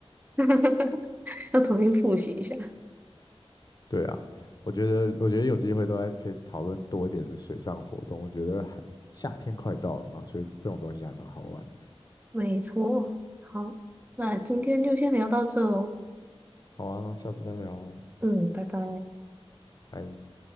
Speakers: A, on the right; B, on the left.
A: <laughs> 要重新复习一下。
B: 对啊，我觉得我觉得有机会都还可以讨论多一点的水上活动。我觉得还夏天快到了嘛，所以这种东西还蛮好玩的。
A: 没错，好，那今天就先聊到这喽，
B: 好啊，那下次再聊哦，
A: 嗯，拜拜。
B: 拜。